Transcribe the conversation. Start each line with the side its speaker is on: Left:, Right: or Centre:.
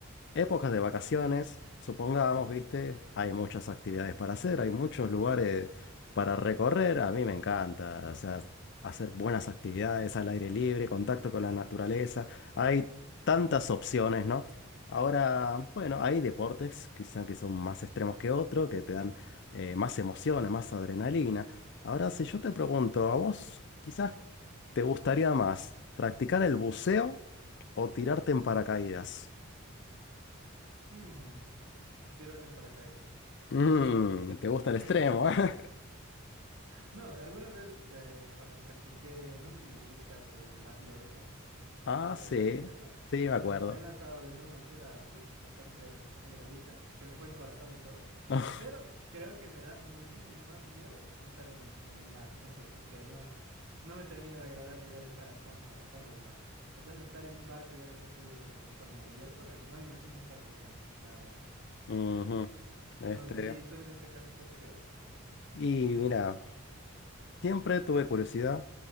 Left: Épocas de vacaciones, supongamos, viste, hay muchas actividades para hacer, hay muchos lugares para recorrer, a mí me encanta, o sea, hacer buenas actividades al aire libre, contacto con la naturaleza, hay tantas opciones, ¿no? Ahora, bueno, hay deportes quizá que son más extremos que otros, que te dan eh, más emociones, más adrenalina. Ahora, si yo te pregunto, ¿a vos quizás te gustaría más practicar el buceo o tirarte en paracaídas?
Right: Hmm, Tiraron en paracaídas.
Left: Mm,
Right: Sí.
Left: te gusta el
Right: <laughs>
Left: extremo, <laughs> ¿eh?
Right: No, alguna vez eh, par- practiqué, no sé si ubicas el- la tirolesa, el
Left: Ah,
Right: deporte
Left: sí,
Right: de la tirolesa.
Left: sí, me acuerdo.
Right: Entonces me he lanzado desde una altura, uy, bastante elevadita. Se me fue el corazón y todo.
Left: <laughs>
Right: Pero creo que me da muchísimo más miedo estar en el, en el mar. No sé, porque no, no me termina de agradar la idea de estar a fondo, al fondo del mar. Entonces estar en un barco ya de por sí medio que me pone nervioso. y No me imagino estar buceando, la verdad.
Left: Ujú. Este,
Right: No, y tú en este caso, ¿qué prefieres?
Left: y mira, Siempre tuve curiosidad